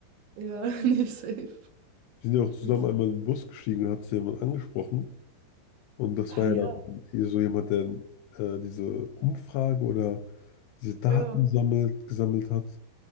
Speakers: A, on the right; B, on the left.
A: Ja, <laughs> nicht safe.
B: Wir sind ja auch zusammen
A: Okay.
B: einmal in den Bus gestiegen und hat sich jemand angesprochen. Und das
A: Ah
B: war ja
A: ja,
B: dann eher so jemand, der äh, diese Umfrage oder diese Daten
A: ja,
B: sammelt, gesammelt hat.